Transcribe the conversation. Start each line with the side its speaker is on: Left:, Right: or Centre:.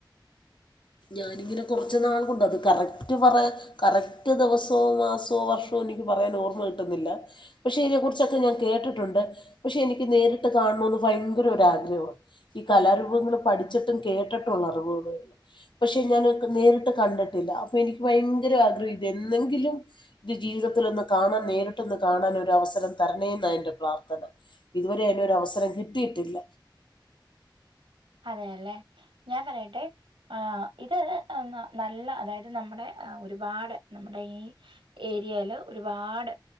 Left: ഞാനിങ്ങനെ കുറച്ച് നാൾ കൊണ്ട് അത് കറക്റ്റ് പറയാ കറക്റ്റ് ദിവസോ മാസോ വർഷോ എനിക്ക് പറയാൻ ഓർമ കിട്ടുന്നില്ല പക്ഷെ ഇതിനെ കുറിച്ചൊക്കെ ഞാൻ കേട്ടിട്ടുണ്ട് പക്ഷെ എനിക്ക് നേരിട്ട് കാണണെന്ന് ഭയങ്കര ഒരുരാഗ്രഹമാണ് ഈ കലാരൂപങ്ങള്ൾ പഠിച്ചിട്ടും കേട്ടിട്ടുള്ള അറിവുകളേ ഉള്ളു പക്ഷെ ഞാൻ നേരിട്ട് കണ്ടിട്ടില്ല അപ്പൊ എനിക്ക് ഭയങ്കര ആഗ്രഹം ഇത് എന്നെങ്കിലും ഇത് ജീവിതത്തിലൊന്ന് കാണാൻ നേരിട്ടൊന്ന് കാണാൻ ഒരു അവസരം തരണേെന്ന എൻന്റെ പ്രാർത്ഥന ഇതുവരെ അതിനോരവസരം കിട്ടിയിട്ടില്ല
Right: അതെല്ലെ ഞാൻ പറയട്ടെ ആ ഇത് നല്ല അതായത് നമ്മുടെ ഒരുപാട് നമ്മുടെ ഈ ഏരിയയില് ഒരുപാട്